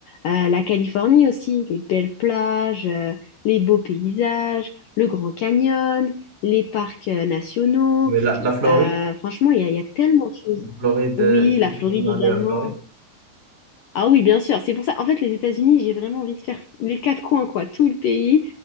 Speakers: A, on the left; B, on the right.
A: Euh, la Californie aussi, les belles plages, euh, les beaux paysages, le Grand Canyon, les parcs euh, nationaux.
B: Mais la, la Floride,
A: Euh, franchement, il y a, il y a tellement de choses.
B: la Floride,
A: Oui,
B: euh, est-ce que
A: la
B: tu
A: Floride
B: peux aller
A: également.
B: à la Floride?
A: Ah oui, bien sûr, c'est pour ça. En fait, les États-Unis, j'ai vraiment envie de faire les quatre coins, quoi, tout le pays.